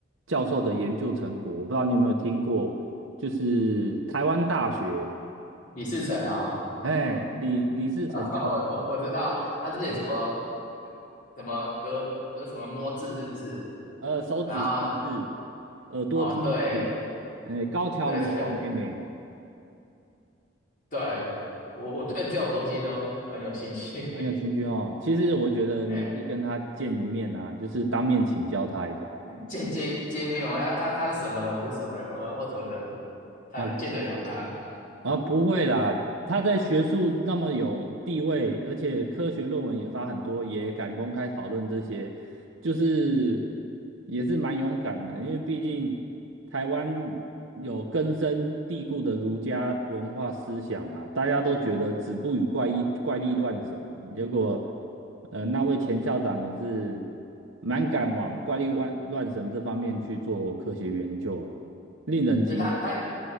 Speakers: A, on the right (about 80°); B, on the left (about 40°).
A: 教授的研究成果。我不知道你有没有听过，就是台湾大学，
B: 李世成啊，
A: 哎，李李世成教授，
B: 哦我我我知道他之前怎么
A: 嗯
B: 怎么隔隔什么摸字是不是？
A: 呃，手指四字，
B: 然后
A: 耳朵听字，
B: 哦，对
A: 哎，高桥舞小妹妹，
B: 对对对，我我对这种东西都很有兴趣。
A: 很有兴趣哦。其实我觉得你可以跟他见一面啊，
B: <laughs> 哎，
A: 就是当面请教他一下。
B: 见见见面，我要他他是什么人，我是什么人，我我怎么可能他见得了他？
A: 啊，啊，不会啦，他在学术那么有地位，而且科学论文也发很多，也敢公开讨论这些，就是也是蛮勇敢的。因为毕竟台湾有根深蒂固的儒家文化思想嘛，大家都觉得子不语怪异怪力乱神，结果呃那位前校长也是蛮敢往怪力乱乱神这方面去做科学研究啊，令人敬仰。
B: 所以他他